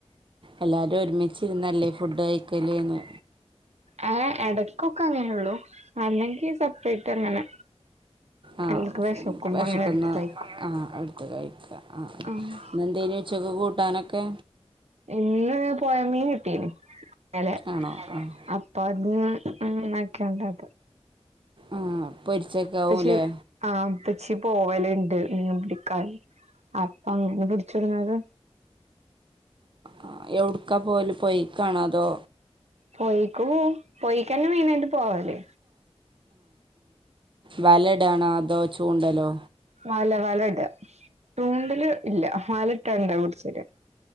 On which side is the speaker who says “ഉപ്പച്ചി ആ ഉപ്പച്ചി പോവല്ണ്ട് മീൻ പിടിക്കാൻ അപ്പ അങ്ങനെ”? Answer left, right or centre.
Right